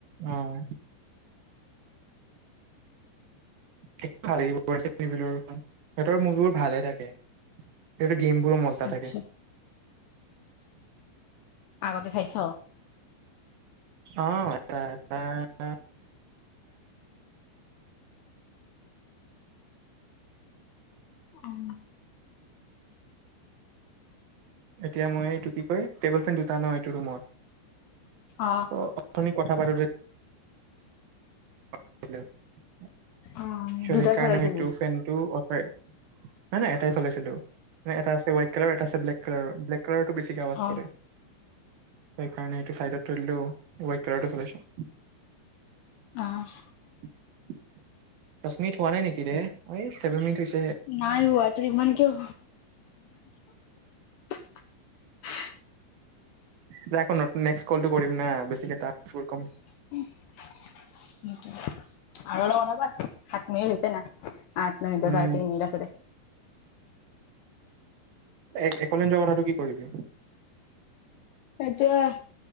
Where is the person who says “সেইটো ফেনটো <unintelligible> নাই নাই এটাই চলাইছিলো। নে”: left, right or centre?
Right